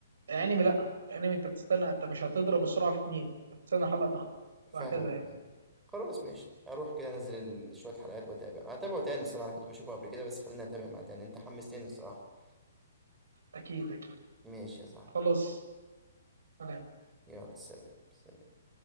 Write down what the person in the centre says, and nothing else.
فاهمك
فاهمك خلاص ماشي اروح كده انزل ال- شويه حلقات واتابع هتابعه تاني الصراحه انا كنت بشوفه قبل كده بس خليني اتابع مع تاني انت حمستني الصراحه
ماشي يا صاحبي
يلا سلام سلام